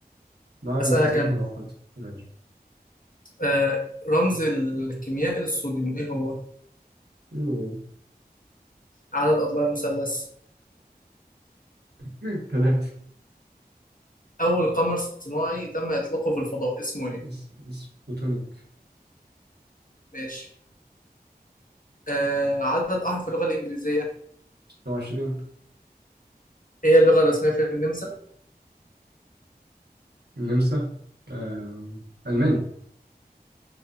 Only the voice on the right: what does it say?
نوع على
نفساته
في العقد ماشي
المهم
<laughs> ثلاثة
اس- سبوتونيك
لو عشرين
النمسا آه. ألماني